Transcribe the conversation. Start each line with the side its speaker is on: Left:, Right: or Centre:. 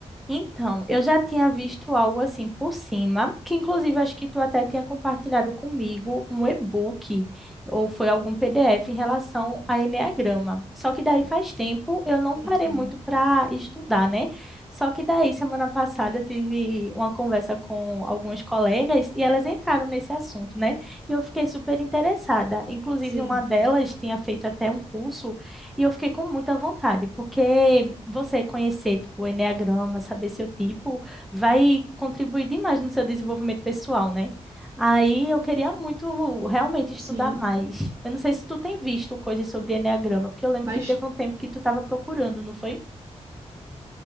Centre: Então, eu já tinha visto algo assim por cima, que inclusive acho que tu até tinha compartilhado comigo um e-book ou foi algum PDF em relação a enneagrama. Só que daí faz tempo eu não
Right: Sim,
Centre: parei muito para estudar, né? Só que daí semana passada eu tive uma conversa com algumas colegas e elas entraram nesse assunto, né? E eu fiquei super interessada. Inclusive
Right: sim,
Centre: uma delas tinha feito até um curso e eu fiquei com muita vontade, porque você conhecer, tipo, o enneagrama, saber seu tipo, vai contribuir demais no seu desenvolvimento pessoal, né? Aí eu queria muito realmente estudar
Right: sim.
Centre: mais.
Right: sim.
Centre: Eu não sei se tu tem visto coisas sobre enneagrama, porque eu lembro
Right: Mas
Centre: que teve um tempo que tu estava procurando, não foi?